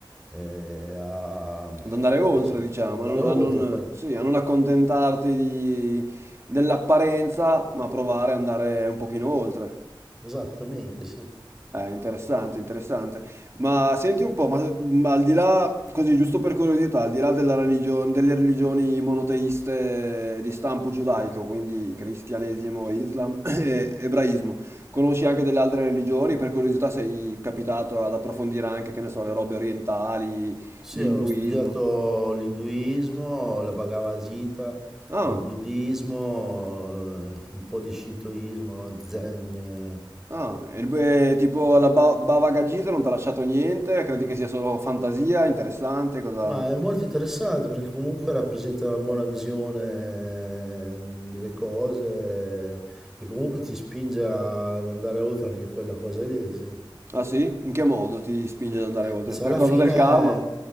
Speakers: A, in the centre; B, on the right.
A: eh, a non
B: ad andare oltre,
A: so,
B: diciamo,
A: andare
B: a non,
A: oltre
B: a non-
A: a quello.
B: sì, a non accontentarti di- dell'apparenza, ma provare ad andare un pochino oltre.
A: Esattamente, sì.
B: È interessante, interessante. Ma senti un po', ma, ma al di là, così giusto per curiosità, al di là della religione, delle religioni monoteiste di stampo giudaico, quindi cristianesimo, islam <coughs> <clears throat> e ebraismo, conosci anche delle altre religioni? Per curiosità sei capitato ad approfondire anche, che ne so, le robe orientali,
A: Sì,
B: l'induismo?
A: ho studiato l'induismo, la Bhagavad Gita,
B: Ah.
A: il buddismo, eh, un po' di shintoismo, zen. eh.
B: Ah, e il be- tipo la ba- Bava Gagita non ti ha lasciato niente? Credi che sia solo fantasia, interessante? Cosa...
A: Ma è molto interessante perché comunque rappresenta una buona visione eh, delle cose eh, e comunque ti spinge ad andare oltre anche quella cosa lì, sì.
B: Ah sì? In che modo ti spinge ad andare oltre?
A: Dice,
B: Per
A: alla
B: cosa
A: fine,
B: del karma?